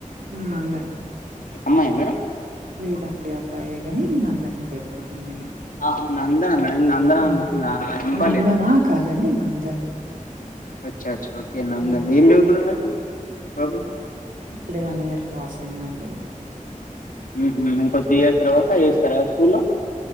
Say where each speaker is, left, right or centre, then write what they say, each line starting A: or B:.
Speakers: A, on the right; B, on the left.
A: ఉమ్ నందన్.
B: అమ్మాయా మేడం
A: లేదండి అబ్బాయే కాని నందన్ అని పెట్ట్కున్నాం మేము.
B: ఆ నందన మేడం నందన అనుకుంటున్నా
A: ఉమ్
B: వినపలేదు
A: నందనా కాదండి నందన్.
B: అచ్చా అచ్చ ఓకే నందన్
A: హ్మ్.
B: ఏం చదువుతున్నాడు మేడం బాబు.
A: ఇప్పుడే వన్ ఇయర్ క్రాస్ అయిందండి.
B: ఉమ్ ఇంక త్రీ ఇయర్స్ తర్వాత ఏస్తారా స్కూల్లా.